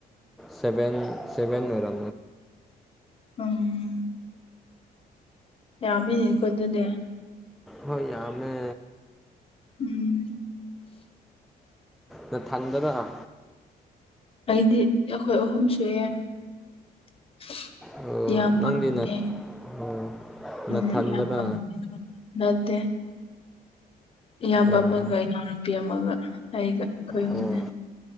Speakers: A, in the centre; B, on the left.
A: ꯁꯚꯦꯟ ꯁꯤꯕꯟꯅꯔ
B: ꯎꯝ ꯌꯥꯃꯤꯅꯤꯀꯣꯟꯗꯗꯦ
A: ꯍꯣꯏꯃꯦ
B: ꯎꯝ
A: ꯅ ꯊꯪꯗꯅ
B: ꯑꯩꯗꯤ ꯑꯩꯈꯣꯏ ꯑꯍꯨꯝ ꯁꯨꯑ ꯌꯥꯝꯌꯥꯝꯕꯅꯦ
A: ꯑꯣ ꯅꯪꯗꯤ ꯅ ꯑꯣ
B: ꯎꯝ
A: ꯅꯊꯟꯗꯔ
B: ꯌꯥꯝꯕ ꯅꯠꯇꯦ ꯏꯌꯥꯝꯕ
A: ꯎꯝ
B: ꯑꯃꯒ ꯏꯅꯥꯎꯅꯨꯄꯤ ꯑꯃꯒ ꯑꯩꯒ ꯑꯩꯈꯣꯏ ꯑꯍꯨꯝꯅꯤ
A: ꯑꯣ